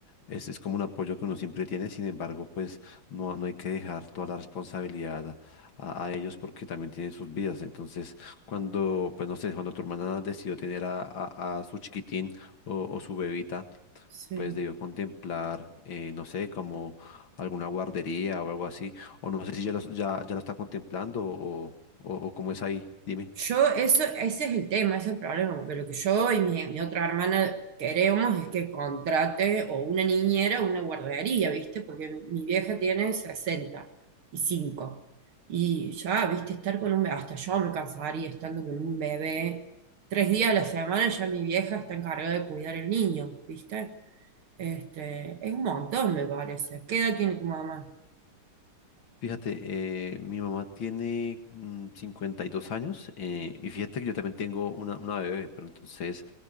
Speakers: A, on the left; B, on the right.
A: es, es como un apoyo que uno siempre tiene, sin embargo pues no, no hay que dejar toda la responsabilidad a, a ellos porque también tienen sus vidas, entonces cuando pues no sé, cuando tu hermana decidió tener a, a- a su chiquitín o, o su bebita,
B: Sí.
A: pues debió contemplar eh, no sé, como alguna guardería o algo así o no sé si ya lo, ya, ya lo está contemplando o, o, o cómo es ahí, dime.
B: Yo, eso, ese es el tema, ese es el problema, porque lo que yo y mi, mi otra hermana queremos es que contrate o una niñera o una guardería, ¿viste? Porque mi vieja tiene 65 y cinco. Y ya, ¿viste? Estar con un bebé, hasta yo me cansaría estando con un bebé. Tres días a la semana ya mi vieja está encargada de cuidar el niño, ¿viste? Este, es un montón, me parece. ¿Qué edad tiene tu mamá?
A: Fíjate, eh, mi mamá tiene mm, cincuenta y dos años eh, y fíjate que yo también tengo una, una bebé, pero entonces